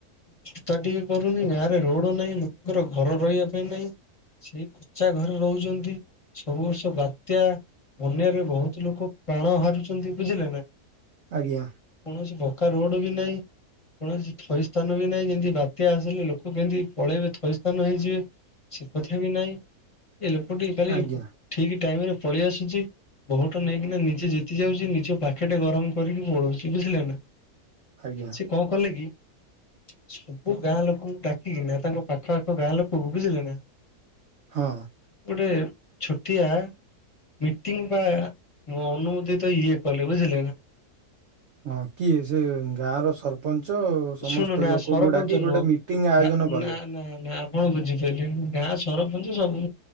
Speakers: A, on the left; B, on the right.
A: ଚିନ୍ତା ଟିକେ କରୁନି ଗାଁରେ ରୋଡ ନାହିଁ ଲୋକଙ୍କର ଘର ରହିବା ପାଇଁ ନାହିଁ। ସେଇ କଚା ଘରେ ରହୁଛନ୍ତି ସବୁ ବର୍ଷ ବାତ୍ୟା। ବନ୍ୟାରେ ବହୁତୁ ଲୋକ ପ୍ରାଣ ହାରୁଚନ୍ତି ବୁଝିଲେ ନା?
B: ଆଜ୍ଞା।
A: କୌଣସି ପକା ରୋଡ ବି ନାଇଁ। କୌଣସି ଥଇ ସ୍ଥାନ ବି ନାହିଁ। ଯେମିତି ବାତ୍ୟା ଆସିଲେ ଲୋକ କେମିତି ପଳେଇବେ ଥଇ ସ୍ଥାନ ହେଇଯିବେ। ସେ କଥା ବି ନାଇଁ ଏ ଲୋକଟି କାଲି
B: ଆଜ୍ଞା
A: ଠିକି ଟାଇମି ରେ ପଳି ଆସିଚି। ଭୋଟ ନେଇକିନା ନିଜେ ଜିତି ଯାଉଚି ନିଜ ପାଖେ ଟେ ଗରମ କରିକି ପଳଉଚି ବୁଝିଲେ ନା।
B: ଆଜ୍ଞା।
A: କି କଣ କଲେ କି? ସବୁ ଗାଁ ଲୋକଙ୍କୁ ଡାକିକିନା ତାଙ୍କ ପାଖଆଖ ଗାଁ ଲୋକକୁ ବୁଝିଲ ନା?
B: ହଁ।
A: ଗୋଟେ ଛୋଟିଆ ମିଟିଂ ବା ମୋ ଅନୁଭୂତି ତ ଇଏ କଲେ ବୁଝିଲ ନା?
B: ହଁ କିଏ ସେ ଗାଁ ର ସର ସରପଞ୍ଚ ସମସ୍ତେ
A: ଶୁଣୁ ନା
B: ଲୋକଙ୍କୁ
A: ସରପଞ୍ଚ
B: ଡାକି ଗୋଟେ
A: ନୁହଁ।
B: ମିଟିଂ ଆୟୋଜନ କଲେ।
A: ନା ନା ନା କଣ ବୁଝି ପାରିଲିନି ଗାଁ ସରପଞ୍ଚ ସବୁ